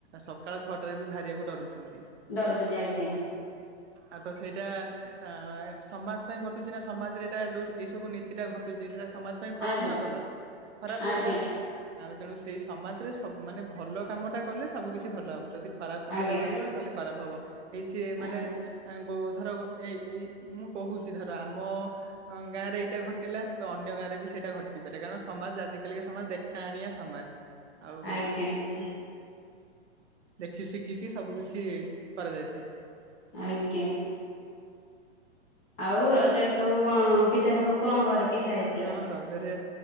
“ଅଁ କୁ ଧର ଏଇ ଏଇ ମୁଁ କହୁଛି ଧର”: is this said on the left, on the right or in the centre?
Right